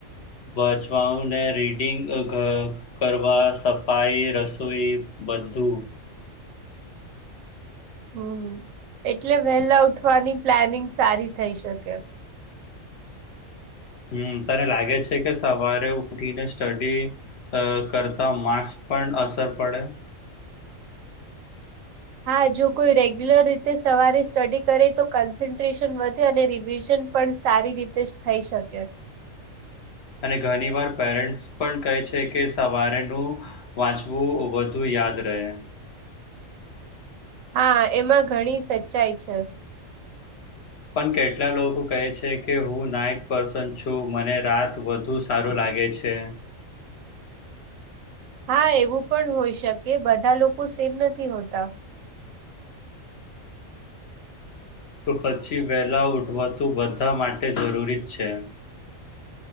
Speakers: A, on the left; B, on the right.
A: બચવાઓ ને રીડિંગ અ ગ કરવા, સફાઈ, રસોઈ બધું.
B: હા એટલે વહેલા ઉઠવાની પ્લાનિંગ સારી થઇ શકે.
A: હમ્મ. તને લાગે છે કે સવારે ઉઠીને સ્ટડી અહ કરતા માસ્ક પણ અસર પડે.
B: હા, જો કોઈ રેગ્યુલર રીતે સવારે સ્ટડી કરે તો કન્સન્ટ્રેશન વધે અને રિવિઝન પણ સારી રીતે જ થઈ શકે.
A: અને ઘણી વાર પેરેન્ટ્સ પણ કહે છે. કે સવારેનું વાંચવું વધુ યાદ રહે.
B: હા, એમાં ઘણી સચ્ચાઈ છે.
A: પણ કેટલા લોકો કહે છે. કે હું નાઈટ પર્સન છું મને રાત વધુ સારું લાગે છે.
B: હા, એવું પણ હોય શકે. બધા લોકો સેમ નથી હોતા.
A: તો પછી વહેલા ઉઠવાતું બધા માટે જરૂરી જ છે.